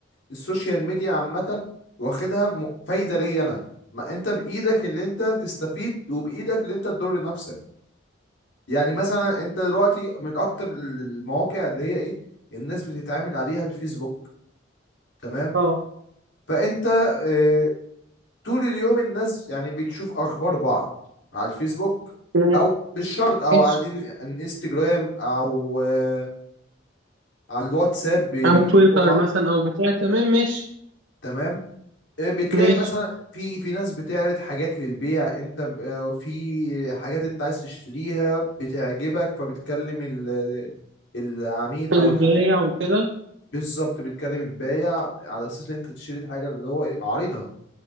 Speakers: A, on the left; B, on the right.
A: السوشيال ميديا عامه واخدها م- فايده ليا انا ما انت بايدك اللي انت تستفيد وبايدك اللي انت تضر نفسك يعني مثلا انت دلوقتي من اكتر المواقع اللي هي ايه الناس بتتعامل عليها الفيسبوك تمام
B: اه
A: فانت آه، طول اليوم الناس يعني بتشوف اخبار بعض على الفيسبوك
B: ماشي
A: او مش شرط او
B: ماشي
A: على الإن- الانستجرام او آه، على الواتساب بي-
B: على
A: بيكلموا
B: تويتر
A: بعض
B: مثلا او بتاع تمام ماشي
A: تمام آه، بتلاقي
B: ماشي
A: مثلا في في ناس بتعرض حاجات للبيع انت ب- آه، في حاجات انت عايز تشتريها بتعجبك فبتكلم ال- العميل
B: البياع
A: او الح...
B: وكده
A: بالظبط بتكلم البايع على اساس ان انت تشتري الحاجه اللي هو ايه عارضها